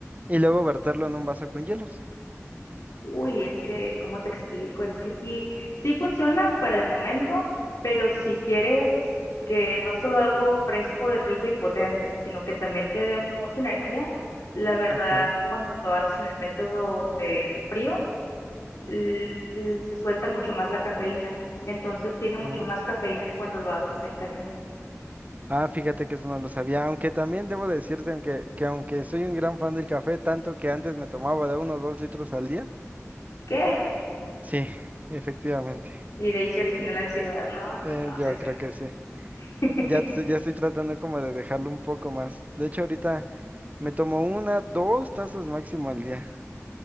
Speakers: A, on the right; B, on the left.
A: y luego verterlo en un vaso con hielos.
B: Uy, es que, ¿cómo te explico? Es que sí, sí funciona para el momento, pero si quieres que no solo algo fresco y rico y potente, sino que también te dé mucha energía, la verdad,
A: Ok.
B: cuando lo haces en el método de frío, l- l- se suelta mucho más la cafeína. Entonces tiene mucho
A: Mm.
B: más cafeína que cuando lo haces en caliente.
A: Ah, fíjate que eso no lo sabía, aunque también debo decirte aunque, que aunque soy un gran fan del café, tanto que antes me tomaba de uno o dos litros al día.
B: ¿Qué?
A: Sí, efectivamente.
B: Y de ahí se origina la ansiedad. No, no,
A: Eh,
B: no,
A: yo
B: señor.
A: creo que sí.
B: <laughs>
A: Ya, t- ya estoy tratando como de dejarlo un poco más. De hecho, ahorita Me tomo una, dos tazas máximo al día.